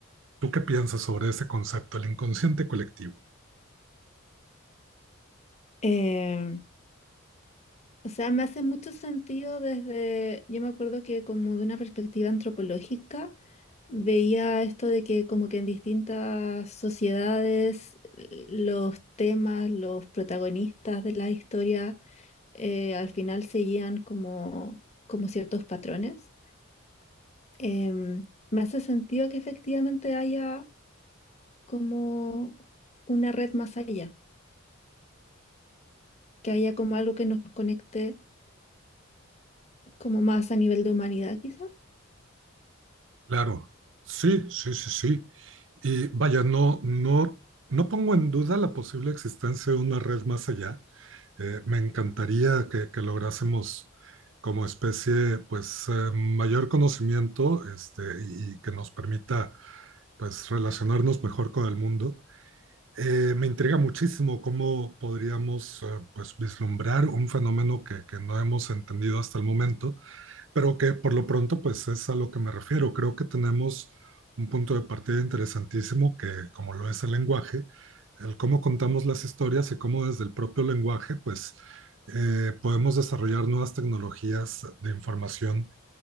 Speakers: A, on the right; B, on the left.
A: ¿Tú qué piensas sobre ese concepto, el inconsciente colectivo?
B: Eh, o sea, me hace mucho sentido desde, yo me acuerdo que como de una perspectiva antropológica, veía esto de que como que en distintas sociedades eh, los temas, los protagonistas de la historia eh, al final seguían como, como ciertos patrones. em, me hace sentido que efectivamente haya como una red más allá, que haya como algo que nos conecte como más a nivel de humanidad, quizás.
A: Claro, sí, sí, sí, sí. Y vaya, no, no, no pongo en duda la posible existencia de una red más allá. Eh, me encantaría que, que lográsemos como especie, pues, eh, mayor conocimiento, este, y, y que nos permita, pues, relacionarnos mejor con el mundo. Eh, me intriga muchísimo cómo podríamos, eh, pues, vislumbrar un fenómeno que, que no hemos entendido hasta el momento Pero que por lo pronto, pues es a lo que me refiero. Creo que tenemos un punto de partida interesantísimo que, como lo es el lenguaje, el cómo contamos las historias y cómo desde el propio lenguaje, pues eh, podemos desarrollar nuevas tecnologías de información